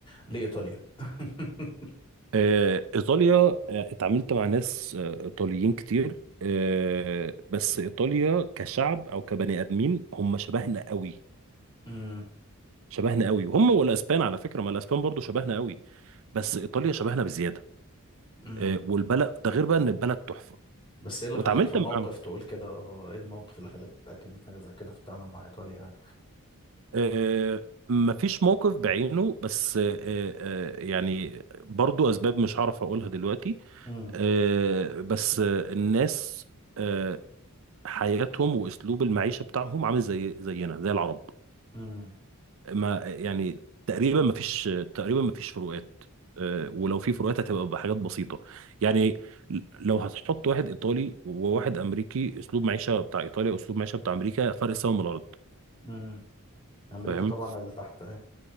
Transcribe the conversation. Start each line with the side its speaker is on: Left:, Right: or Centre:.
Left: لإيطاليا <laughs>
Right: آه، إيطاليا آه، اتعاملت مع ناس آه، إيطاليين كتير آه، بس إيطاليا كشعب أو كبني آدمين هم شبهنا قوي
Left: أمم،
Right: شبهنا قوي وهم والأسبان على فكرة ما الأسبان برضو شبهنا قوي بس إيطاليا شبهنا بزيادة
Left: أمم.
Right: آه، والبلد ده غير بقى إن البلد تحفة
Left: بس إيه اللي
Right: واتعاملت
Left: خلاك في موقف
Right: مع
Left: تقول كده إيه الموقف اللي خلاك تتأكد من حاجة زي كده في التعامل مع إيطاليا يعني
Right: آه، آه، مفيش موقف بعينه بس آه، آه، يعني برضو أسباب مش هعرف أقولها دلوقتي
Left: أمم،
Right: آه، بس آه، الناس آه، حياتهم واسلوب المعيشه بتاعهم عامل زي زينا زي العرب
Left: أمم،
Right: ما يعني تقريبا ما فيش تقريبا ما فيش فروقات أه، ولو في فروقات هتبقى بحاجات بسيطه يعني لو هتحط واحد ايطالي وواحد امريكي اسلوب معيشه بتاع ايطاليا واسلوب معيشه بتاع امريكا فرق سما من الارض
Left: أمم. أمريكي
Right: فاهم
Left: طبعا اللي تحت أهي